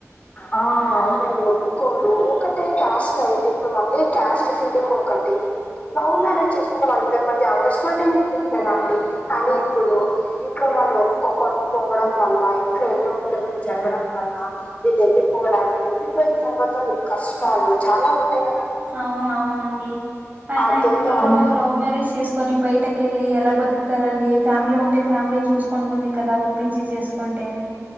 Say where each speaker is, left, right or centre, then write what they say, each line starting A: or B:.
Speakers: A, on the left; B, on the right.
A: ఆ అవునండి ఒప్పుకోరు ఒకటే క్యాస్ట్ అయ్యిండి ఇప్పుడు మళ్ళీ క్యాస్ట్ ఫీలింగ్ ఒక్క టి లవ్ మ్యారేజ్ చేస్కుంటే వాళ్ళిద్దరి మధ్య అండర్స్టాండింగ్ ఉంటుంది కదా అండి కానీ ఇప్పుడు ఇంట్లో వాళ్ళు ఒప్పుకోకపోవడం వల్ల ఇంట్లో ఎన్నో గొడవలు జరగడం వల్ల వీళ్ళు ఎళ్ళిపోడాలు ఎళ్ళిపోయ్ న్ తర్వాత వీళ్ళు కష్టాలు చాలా ఉంటాయ్ గద
B: అవునువునండి అయిన
A: అదేదో
B: ఇప్పుడు వాళ్ళు
A: అవు-
B: లవ్ మ్యారేజ్ చేస్ కు కొని బయటకెళ్ళి ఎలా బతుక్తారండి ఫ్యామ్లీ ఉంటే ఫ్యామ్లీ చూస్కొంటుంది కదా ఒప్పించి చేస్కుంటె